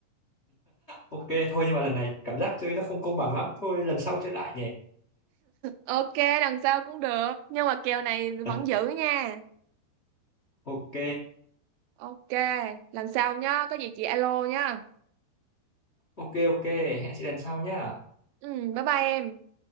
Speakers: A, on the left; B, on the right.
A: ok thôi nhưng mà lần này cảm giác chơi nó không công bằng lắm thôi lần sau chơi lại nhỉ
B: ok lần sau cũng được nhưng mà kèo này
A: <laughs>
B: vẫn giữ nha
A: ok
B: ok lần sau nhá có gì chị alo nhá
A: ok ok hẹn chị lần sau nhá
B: ừ bye bye em